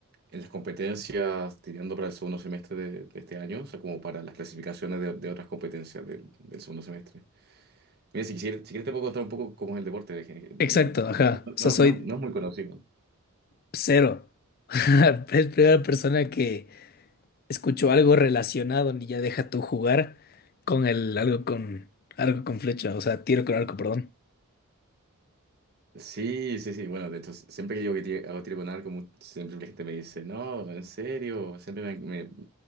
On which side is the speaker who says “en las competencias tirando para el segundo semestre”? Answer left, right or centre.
Right